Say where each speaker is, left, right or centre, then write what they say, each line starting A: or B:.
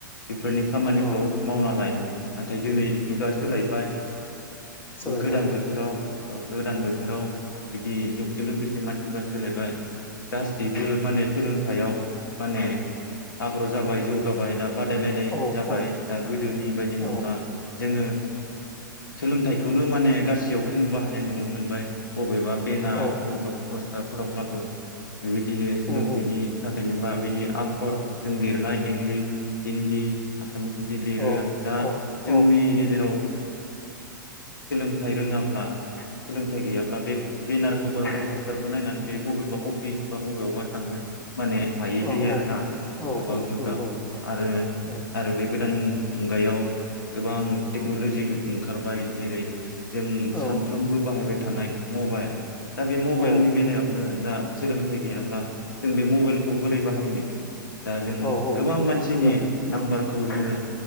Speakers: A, on the left (about 70°); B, on the left (about 15°).
A: बेफोरनि खामानिखौ
B: औ
A: मावना लायोमोन नाथाय दिनै जुगा
B: औ
A: सोलायबाय
B: सोलायबाय
A: गोदान
B: औ
A: बोथोराव गोदान बोथोराव बिदि जुगजों लोगोसे मानसिफ्रा सोलायबाय गासैबो माने सोलोंथाइयाव माने आग्रह जाबाय जौगाबाय दा बादायलायनाय
B: औ
A: जाबाय
B: औ
A: दा गोदोनि बायदि
B: औ
A: नंला जोङो सोलोंथाइखौनो माने गासैयावबो जोङो बाहायनाय नुनो मोनबाय बबेबा बेेनार
B: औ
A: बबेबा बाजारफोरावब्लाबो बेबायदिनो सोलोंथाइनि
B: उम उम
A: थाखाय नङाबा बिदि आखरजों लिरनाय इंलिस हिन्दी आसामिस बिदि लिरो
B: औ
A: दा
B: औ
A: जोंनि
B: औ
A: गेजेराव सोलोंथाइ रोङाब्ला सोलोंथाइ गैयाब्ला बे बेनारखौ बा बे पस्टारखौ नायनानै बे बबेबा अफिस बा बबेयावबा थांनो माने हायै
B: औ
A: जायो आरोना
B: औ
A: गोबां
B: औ
A: गोब्राब
B: नंगौ नंगौ
A: आरो
B: औ
A: आरो बे गोदान मुगायाव गोबां टेक्न'ल'जि ओंखारबाय जेरै जों
B: औ
A: सानफ्रोमबो बाहायबाय थानाय मबाइल दा बे मबाइलनि
B: औ
A: बेलायावनो दा सोलोंथाइ गैयाब्ला जों बे मबाइलखौ बोरै बाहायनो दा जों
B: औ औ
A: गोबां मानसिनि
B: औ थिगानो उम
A: नाम्बारखौ जोङो